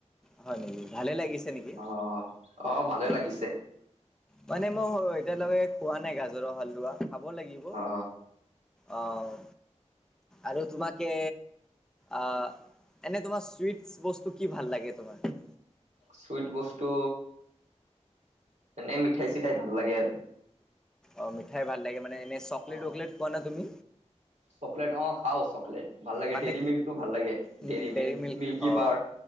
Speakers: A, in the centre; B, on the right.
A: হয় নেকি ভালে লাগিছে নেকি?
B: অ অ', ভালে
A: হয়।
B: লাগিছে।
A: মানে মই এতিয়ালকে খোৱা নাই। গাজৰৰ হালোৱা খাব লাগিব।
B: অ
A: অ', আৰু তোমাকে। আহ এনে তোমাৰ চুইটছ বস্তু কি ভাল লাগে তোমাৰ?
B: চুইট বস্তু এনেই মিঠাই-চিঠাই ভাল লাগে আৰু
A: অ', মিঠাই ভাল লাগে মানে এনে চকলেট-টকলেট
B: অ
A: খোৱা না তুমি?
B: চকলেট অ' খাও চকলেট। ভাল লাগে
A: মানে
B: দেৰি মিল্কটো ভাল লাগে
A: উম
B: দেৰি
A: ডেইৰী
B: মিল্
A: মিল্ক
B: মিল্কী
A: অ
B: বাৰ।